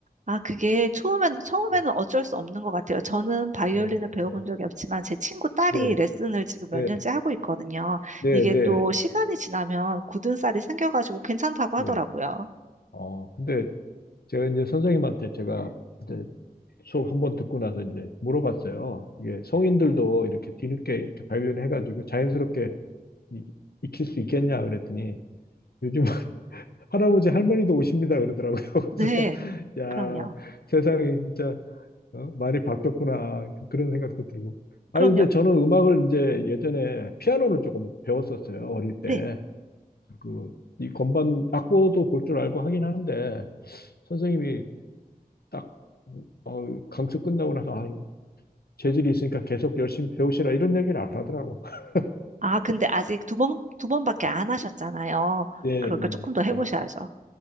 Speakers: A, on the right (about 50°); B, on the left (about 75°).
A: 아, 그게 처음엔, 처음에는
B: <laughs>
A: 어쩔 수 없는 것 같아요. 저는 바이올린을
B: 예,
A: 배워본
B: 예,
A: 적이 없지만 제 친구 딸이
B: 예,
A: 레슨을 지금 몇
B: 예,
A: 년째 하고 있거든요.
B: 네,
A: 이게
B: 네,
A: 또 시간이 지나면 굳은 살이 생겨가지고 괜찮다고 하더라고요.
B: 예. 어, 근데 제가 이제 선생님한테 제가 이제 수업 한번 듣고 나서 이제 물어봤어요. 이게 성인들도 이렇게 뒤늦게 이렇게 발견해가지고 자연스럽게 이- 익힐 수 있겠냐 그랬더니 요즘 할아버지 할머니도 오십니다 그러더라고요. <laughs>
A: 네,
B: 그래서 야
A: 그럼요.
B: 세상이 진짜 어? 많이 바뀌었구나 그런 생각도 들고. 아
A: 그럼요.
B: 근데 저는 음악을 이제 예전에 피아노를 조금 배웠었어요 어릴 때.
A: 네.
B: 그 이 건반 악보도 볼 줄 알고 하긴 하는데 선생님이 딱 어, 강습 끝나고 나서 아 재질이 있으니까 계속 열심히 배우시라 이런 얘기를 안 하더라고. <laughs>
A: 아, 근데 아직 두 번, 두 번밖에 안 하셨잖아요.
B: 예, 예,
A: 그러니까 조금 더 해보셔야죠.
B: 예.